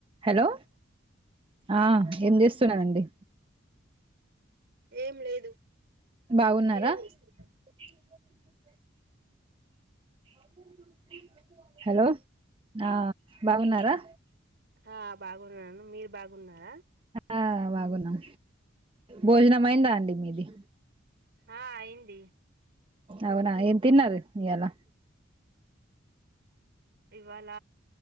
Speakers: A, on the right (about 25°); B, on the right (about 55°).
A: hello ఆ ఏం చేస్త స్తున్నారండి
B: ఏం లేదు
A: బాగున్నారా
B: మీరేం చేస్తున్నారు
A: <unintelligible> <unintelligible> హలో ఆ బాగున్నారా
B: ఆ బాగున్నాను మీరు బాగున్నారా
A: ఆ బాగున్నాం భోజనం అయిందా అండి మీది
B: ఆ ఇంత తేగ
A: అవునా ఏం తిన్నారు ఇయాలా
B: ఇవ్వాళ